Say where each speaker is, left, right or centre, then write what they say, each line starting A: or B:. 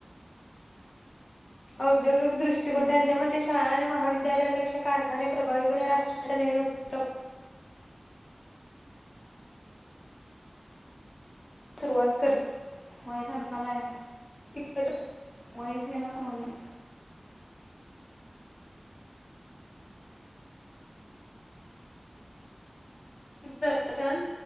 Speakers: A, on the left (about 70°); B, on the left (about 20°).
A: औद्योगिक दृष्टिकोन
B: हम्म.
A: त्यांच्या मते शाळा आणि महाविद्यालयापेक्षा कारखाने प्रभावीपणे राष्ट्राच्या नवनुत्तम सुरुवात कर
B: व्हय सडतालय
A: <unintelligible>
B: वयसेना सवनी
A: प्रदर्शन,